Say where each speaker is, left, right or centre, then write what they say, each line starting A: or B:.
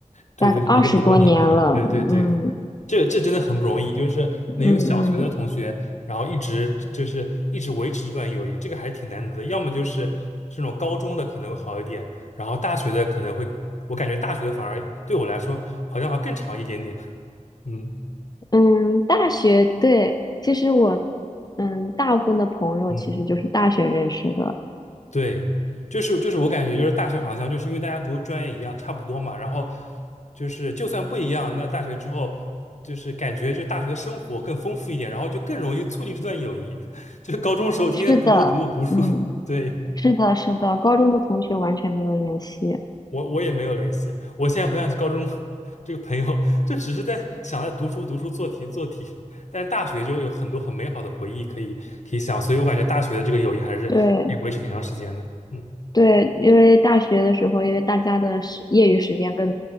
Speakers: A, on the left; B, on the left.
A: 对对，
B: 大概二十多年了，
A: 好多好多年了，对对对，
B: 嗯
A: 这这真的很不容易，就是能有小学的同学，
B: 嗯嗯
A: 然后一直就是一直维持这段友谊，这个还是挺难得的。要么就是这种高中的可能会好一点，然后大学的可能会，我感觉大学的反而对我来说好像还更长一点点。嗯
B: 嗯，大学，对，其实我，嗯，大部分的朋友其实就是大学认识的，
A: 嗯。对，就是就是我感觉就是大学好像就是因为大家读的专业一样，差不多嘛，然后就是就算不一样，那大学之后就是感觉就大学的生活更丰富一点，然后就更容易促进这段友谊。<laughs> 就是高中时候天天读读读读读书，
B: 是的，嗯，
A: <laughs> 对，
B: 是的，是的，高中的同学完全没有联系，
A: 我我也没有联系。我现在回想起高中 <laughs> 这个朋友，就只是在想在读书读书做题做题，但是大学就有很多很美好的回忆可以可以想，所以我感觉大学的这个友谊还是可以维持挺长时间的。
B: 对，
A: 嗯
B: 对，因为大学的时候，因为大家的时业余时间更，